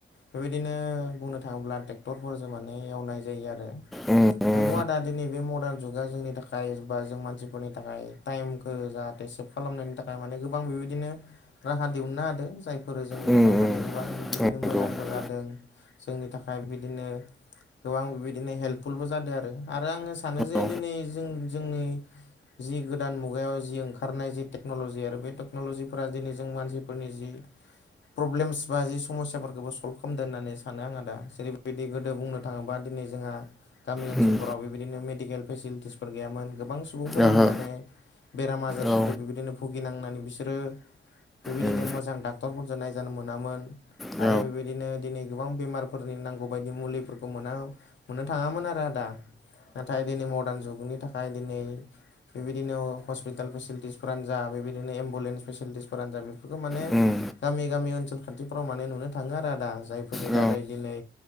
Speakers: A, on the left (about 70°); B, in the centre.
A: बेबायदिनो बुंनो थाङोब्ला ट्रेक्टरफोरजों माने एवनाय जायो आरो।
B: उम उम
A: नंगौ आदा दिनै बे मदान जुगा जोंनि थाखाय बा जों मानसि फोरनि थाखाय टाइमखौ जाहाथे सेभ खालामनायनि थाखाय माने गोबां बेबायदिनो राहा दिहुनना होदो जायफोर जोंनि
B: उम
A: थाखाय माने
B: उम
A: गोबां बिदिनो
B: नंगौ
A: मोजांबो
B: औ
A: जादो जोंनि थाखाय बिदिनो गोबां बेबायदिनो हेपफुलबो जादों आरो आरो आङो सानो जे
B: औ
A: दिनै जों जोंनि जि गोदान मुगायाव जि ओंखारनाय जि टेक्न'लजि आरो बे टेक्न'ल'जिफोरा दिनै जों मानसिफोरनि जि प्रब्लेमस बा जि समस्याफोरखौबो सल्भ खामदो होननानै सानो आं दा जेरैबायदि गोदो बुंनो थाङोबा दिनै जोंहा गामि ओनसोलफोराव
B: उम
A: बेबायदिनो मेडिकेल फेसिलिटिसफोर गोयामोन गोबां सुबुं फोरानो
B: ओहो
A: माने बेराम आजारफोरदो
B: औ
A: बेबायदिनो भुगिनांनानै बिसोरो बेबायदिनो
B: उम
A: मोजां डाक्टरफोरजों नायजानो मोनामोन।
B: औ
A: आरो बेबायदिनो दिनै गोबां बेमारफोरनि नांगौबायायदि मुलिफोरखौ मोना मोननो थाङामोन आरो आदा नाथाय दिनै मदान जुगनि थाखाय दिनै बेबायदिनो ह-हस्पिटाल फेसिलिटिसफ्रानो जा बेबायदिनो एम्बुलेन्स फेसिलिटिस फोरानोजा बेफोरखौ माने
B: उम
A: गामि गामि ओनसोल खान्थिफ्राव माने नुनो थाङो आरो आदा जाय फोरनि
B: औ
A: दारै दिनै